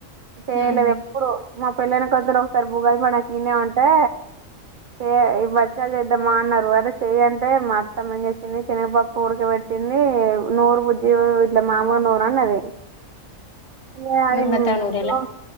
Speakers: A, on the right (about 65°); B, on the left (about 60°).
A: చేయలేదు
B: ఉమ్
A: ఎప్పుడు మా పెళ్ళైన కొత్తలో ఒకసారి ఉగాది పండకు ఇడినే ఉంటే చేయ బచ్చలు చేద్దామా అన్నారు. అదే చెయ్య అంటే మ అత్తమ్మ ఏం చేసింది షనగపప్పు ఉడకబెట్ తింది నూరు బుజ్జి ఇట్ల మాములు నూరు అన్నది. <unintelligible>
B: మీరు మెత్తగా నూరిలా